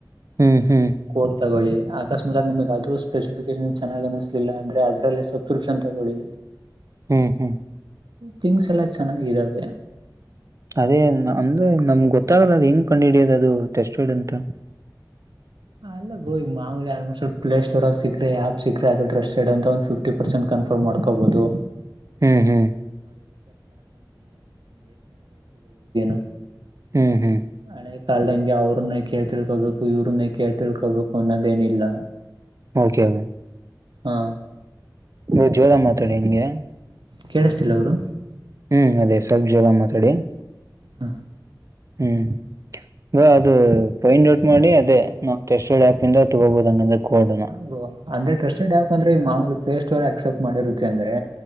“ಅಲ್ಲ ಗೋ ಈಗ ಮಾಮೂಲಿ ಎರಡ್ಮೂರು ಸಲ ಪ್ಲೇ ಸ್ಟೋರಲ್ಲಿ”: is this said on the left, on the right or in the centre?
Right